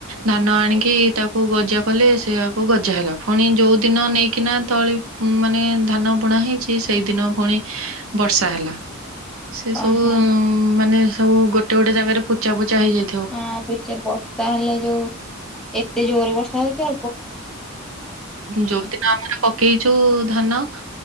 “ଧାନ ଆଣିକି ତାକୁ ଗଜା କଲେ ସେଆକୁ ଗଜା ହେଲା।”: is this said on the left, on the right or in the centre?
Right